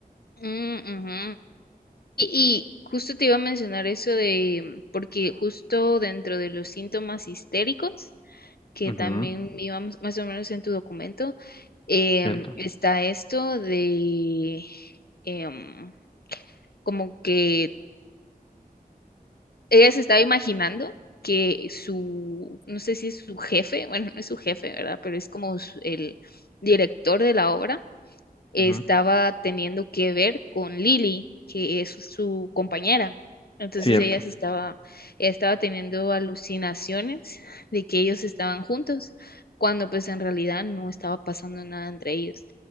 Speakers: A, on the left; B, on the left.
A: mm, ujú. Y, y justo te iba a mencionar eso de, porque justo dentro de los síntomas histéricos, que
B: Ujú,
A: también íbamos más o menos en tu documento, em,
B: cierto.
A: está esto de em, como que ella se estaba imaginando que su, no sé si es su jefe, bueno, no es su jefe, ¿verdad? Pero es como su- el director de la obra estaba
B: ujú,
A: teniendo que ver con Lily, que es su compañera. Entonces
B: cierto.
A: ella se estaba, ella estaba teniendo alucinaciones de que ellos estaban juntos, cuando pues en realidad no estaba pasando nada entre ellos.